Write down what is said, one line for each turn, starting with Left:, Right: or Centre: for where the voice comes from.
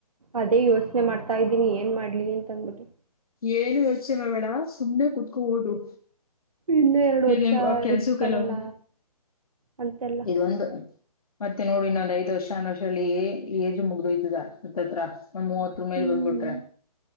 Right: ಅದೇ ಯೋಚನೆ ಮಾಡ್ತಾದೀನಿ ಏನ್ ಮಾಡ್ಲಿ ಅಂತ ಅಂದಬಿಟ್ಟು
Left: ಏನು ಯೋಚನೆ ಮಾಡ ಬೇಡ ಸುಮನೆ ಕುತ್ಕೋ ಓದು
Right: ಇನ್ನ ಎರಡ್
Left: ಹೀಗೆಂಗ
Right: ವರ್ಷ
Left: ಕೆಲ್ಸ
Right: ರಿಸ್ಕ್
Left: ಕೆಲವು
Right: ತಗೊಳ್ಳ ಅಂತೆಲ್ಲ
Left: ಇದೊಂದು ಮತ್ತೆ ನೋಡಿ ನಂದ್ ಐದ್ ವರ್ಷ ಅನ್ ಅಷ್ಟರಲ್ಲಿ ಏಜ್ ಮುಗ್ದೋಯ್ತದ ಹತತ್ರ ಒಂದ್ ಮೂವತ್ತರ ಮೇಲೆ
Right: ಹ್ಮ್.
Left: ಬಂದ್ಬಿಟ್ರೆ